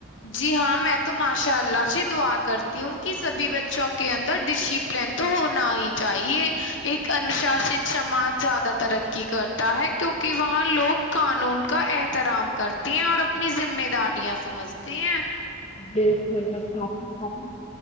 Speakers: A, on the left; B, on the left.
A: جی ہاں میں تو ماشاء اللہ سے دعا کرتی ہوں کہ سبھی بچوں کے اندر ڈسیپلین تو ہونا ہی چاہیے ایک انوشاست سماج زیادہ ترقی کرتا ہے کیونکہ وہاں لوگ قانون کا احترام کرتے ہیں اور اپنی ذمہ داریاں سمجھ د
B: بالکل اور ساتھ ہی ساتھ ہی